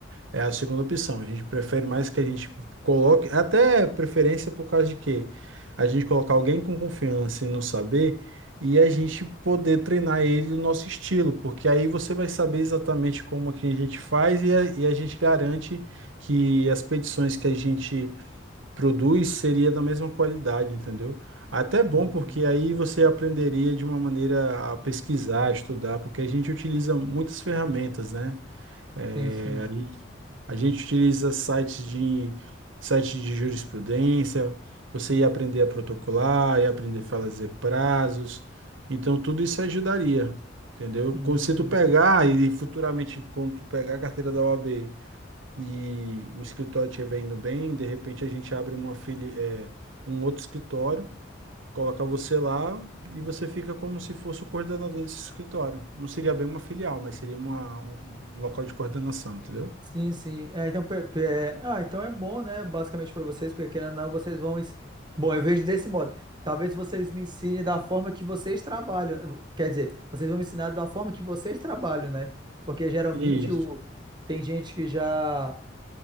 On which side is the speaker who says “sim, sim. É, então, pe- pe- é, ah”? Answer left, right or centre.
Right